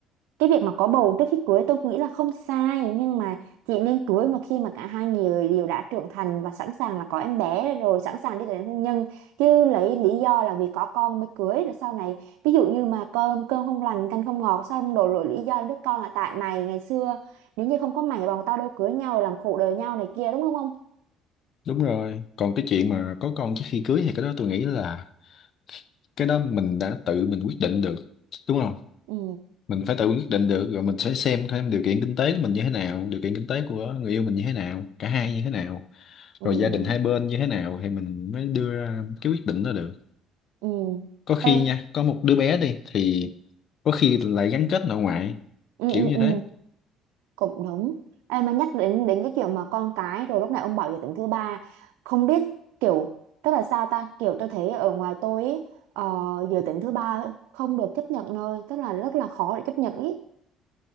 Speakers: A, on the right (about 80°); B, on the left (about 55°).
A: cái việc mà có bầu trước khi cưới tôi nghĩ là không sai nhưng mà chị nên cưới mà khi mà cả hai người đều đã trưởng thành và sẵn sàng là có em bé rồi sẵn sàng đi tới đến hôn nhân chứ lấy lý do là vì có con mới cưới rồi sau này ví dụ như mà cơm cơm không lành canh không ngọt sao không đổ lỗi lý do đứa con là tại mày ngày xưa nếu như không có mày bọn tao đâu cưới nhau làm khổ đời nhau này kia đúng không không
B: đúng rồi còn cái chuyện mà có con trước khi cưới thì cái đó tôi nghĩ là cái đó mình đã tự mình quyết định được đúng không
A: ừ
B: mình phải tự quyết định được rồi mình sẽ xem thêm điều kiện kinh tế của mình như thế nào điều kiện kinh tế của người yêu mình như thế nào cả hai như thế nào
A: ừ
B: rồi gia đình hai bên như thế nào thì mình mới đưa ra cái quyết định đó được
A: ừ
B: có khi
A: Ê,
B: nha có một đứa bé đi thì có khi lại gắn kết nội ngoại
A: ừ
B: kiểu
A: ừ
B: như
A: ừ
B: thế
A: cũng đúng Ê, mà nhắc đến đến cái chuyện mà con cái rồi lúc này ông bảo giới tính thứ ba không biết kiểu tức là sao ta kiểu tôi thấy ở ngoài tôi ý, ờ, giới tính thứ ba không được chấp nhận nơi tức là rất là khó để chấp nhận ý